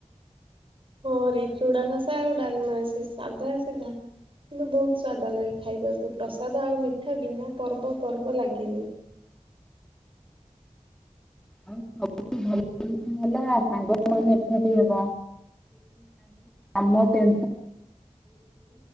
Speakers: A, on the right (about 45°); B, in the centre.
A: ହଁ ରେ ଚୁଡ଼ା ଘସା ଆଉ ଡାଲମା ସେ ସାଧା ସିଧା କିନ୍ତୁ ବହୁତ ସ୍ଵାଦ ଲାଗେ ଖାଇବାକୁ ପ୍ରସାଦ ଆଉ ମିଠା ବିନା ପର୍ବ ପର୍ବ ଲାଗେନି।
B: ଆଉ ସବୁଠୁ ଭଲ କଥା ହେଲା ସାଙ୍ଗମାନେ ଏକାଠି ହେବା ନାହିଁ